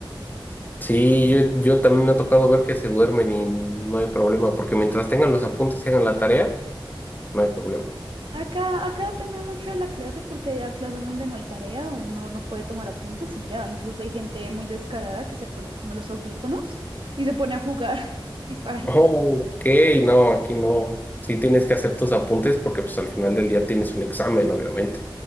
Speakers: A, on the left; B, on the right.
A: Sí, yo, yo también me ha tocado ver que se duermen y no hay problema, porque mientras tengan los apuntes y hagan la tarea, no hay problema.
B: Acá, acá depende mucho de la clase porque hay clases donde no hay tarea o uno no puede tomar apuntes y ya. Incluso hay gente muy descarada que se pone como los audífonos y se pone a jugar <laughs> Free Fire.
A: Oh, ok, no, aquí no. Sí tienes que hacer tus apuntes porque pues al final del día tienes un examen, obviamente.